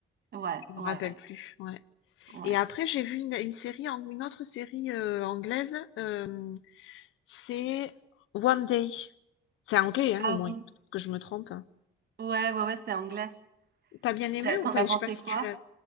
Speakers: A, on the right (about 55°); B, on the left (about 80°).
A: Ouais,
B: Je me
A: ouais,
B: rappelle plus, ouais.
A: ouais.
B: Et après, j'ai vu une, une série, ang- une autre série euh, anglaise, euh, c'est One Day. C'est anglais, hein,
A: Ah
B: au moins.
A: oui.
B: Peut-être que je me trompe. hein.
A: Ouais, ouais, ouais, c'est anglais.
B: T'as bien aimé
A: T'as-
B: ou...
A: T'en
B: Enfin,
A: as
B: je
A: pensé
B: sais pas si
A: quoi?
B: tu l'as.